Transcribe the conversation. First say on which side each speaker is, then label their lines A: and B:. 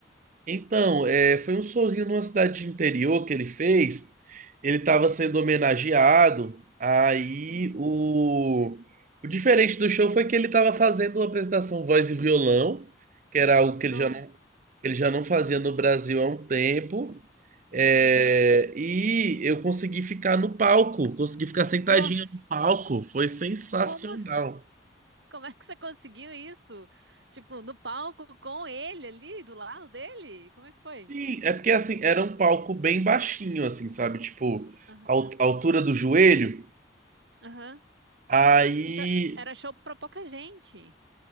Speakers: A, on the right; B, on the right.
A: Então, é, foi um showzinho numa cidade de interior que ele fez. Ele estava
B: Hum,
A: sendo homenageado. Aí
B: uhum.
A: o... o diferente do show foi que ele estava fazendo uma apresentação voz e violão, que era algo que
B: No.
A: ele já não, ele já não fazia
B: Uhum.
A: no Brasil há um tempo. É,
B: uhum.
A: E eu consegui ficar no palco, consegui ficar sentadinho
B: Nossa,
A: no palco. Foi sensacional.
B: como Como é que você conseguiu isso? Tipo, no palco com ele ali, do lado dele? Como é que foi?
A: Sim, é porque assim, era um palco bem baixinho, assim, sabe? Tipo,
B: Aham,
A: a al- a altura do joelho.
B: aham.
A: Aí.
B: Então, era show pra pouca gente.